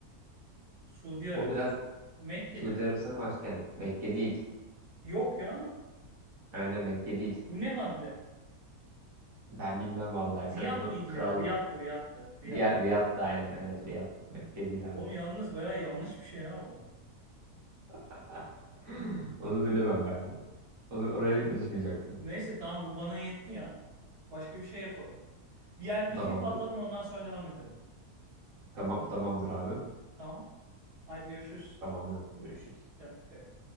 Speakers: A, on the right; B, on the right.
A: Suudi Arabistan.
B: O biraz
A: Mekke'dir
B: Suudi
A: herhalde
B: Arabistan'ın
A: ya.
B: başkenti. Mekke değil.
A: Yok ya.
B: Aynen Mekke değil.
A: Bu ne hadle?
B: Ben bilmem vallahi.
A: Riyad
B: Sen onu
A: mıydı
B: kralla.
A: ya? Riyad'dı, Riyad'dı. Riyad,
B: Ya, Riyad da aynen.
A: Riyad.
B: Evet
A: Aynen.
B: Riyad. Mekke değil
A: Oğlum
B: abi.
A: yalnız bayağı yanlış bir şey ya bu.
B: <laughs>
A: <clears throat>
B: Onu bilemem ben de. Onu, oraya karışmayacaksın.
A: Neyse tamam bu bana yetti ya. Başka bir şey yapalım. Bir yer bir
B: Tamamdır.
A: FIFA atalım ondan sonra devam edelim.
B: Tamam, tamamdır abi.
A: Tamam. Haydi görüşürüz.
B: Tamamdır. Görüşürüz.
A: Gel FIFA'ya.